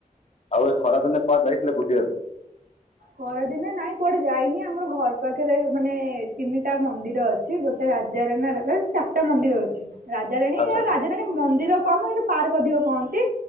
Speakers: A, on the left; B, on the right.
A: ଆଉ ଏ ଖରା ଦିନରେ କୁଆଡେ ଯାଇଥିଲେ ବୁଲିଆକୁ?
B: ଖରାଦିନରେ ନାଇଁ କୁଆଡେ ଯାଇନି ଆମର ଘର ପାଖରେ ମାନେ ତିନିଟା ମନ୍ଦିର ଅଛି। ସେ ଗୋଟେ ରାଜା ରେ ନା ଚାରିଟା ମନ୍ଦିର ଅଛି। ରାଜାରାଣୀ
A: ଆଚ୍ଛା
B: ରାଜାରାଣୀ ମନ୍ଦିର କମ୍ କିନ୍ତୁ ପାର୍କ ଅଧିକ କହନ୍ତି